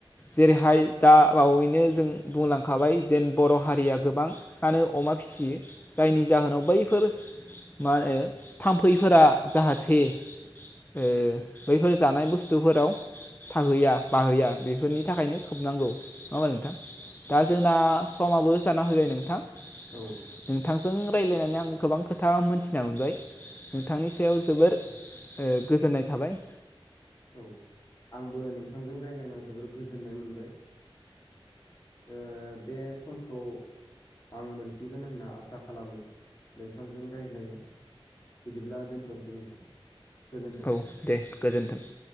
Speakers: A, on the left; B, on the left.
A: जेरैहाय दा बावैनो जों बुंलांखाबाय जेन बर' हारिया गोबां आनो अमा फिसियो जायनि जाहोनाव बैफोर मा होनो थाम्फैफोरा जाहाथे ओ बैफोर जानाय बुस्थुफोराव थाहोया बाहोया बेफोरनि थाखायनो खोबनांगौ नङा होन नोंथां दा जों ना समाबो जाना फैबाय नोंथां!
B: औ
A: नोंथांजों रायज्लायनानै आं गोबां खोथा मोनथिना मोनबाय नोंथांनि सायाव जोबोर ओ गोजोननाय थाबाय।
B: औ आंबो नोंथांजों रायलायना जोबोर गोजोननाय मोनबाय। ओ बे समखौ आं मोनफिनगोन होनना आसा खालामो नोंथांजों रायज्लायनो। बिदिब्ला दोनथ'नोसै नोंथां गोजोन्थों।
A: औ दे गोजोन्थों औ।